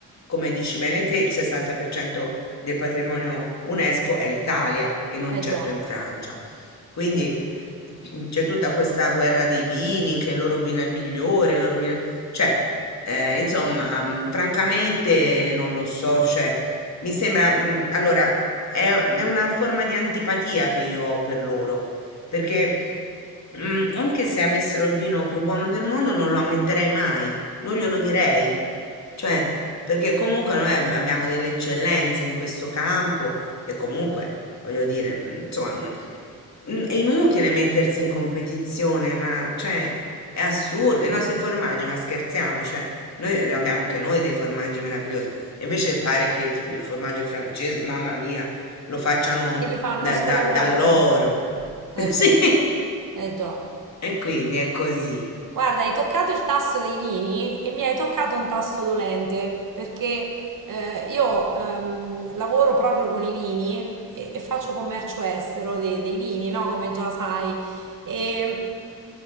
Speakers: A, on the left; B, on the right.
A: come dici bene te, il 60% del patrimonio UNESCO è in Italia e non
B: Eh
A: certo
B: già.
A: in Francia. Quindi mm, c'è tutta questa guerra dei vini, che il loro vino è migliore, il loro vino... Cioè, eh, insomma, mm, francamente non lo so, cioè, mi sembra... mm, allora, è è una forma di antipatia che io ho per loro, perché... Mm, anche se avessero il vino più buono del mondo, non lo ammetterei mai non glielo direi, cioè, perché comunque noi ab- abbiamo delle eccellenze in questo campo e comunque, voglio dire, mm, insomma, mm, mm, è inutile mettersi in competizione, ma cioè, è assurdo. I nostri formaggi, ma scherziamo, cioè, noi abbiamo anche noi dei formaggi meravigliosi. E invece pare che il, il formaggio francese, mamma mia, lo facciano
B: E li fanno
A: da-
B: solo
A: da-
B: loro.
A: dall'oro.
B: Eh
A: <laughs> Sì.
B: già, eh già.
A: E quindi è così,
B: Guarda, hai toccato il tasto dei vini e mi hai toccato un tasto dolente, perché eh, io ehm, lavoro proprio con i vini e, e faccio commercio estero dei, dei vini, no? Come già sai. E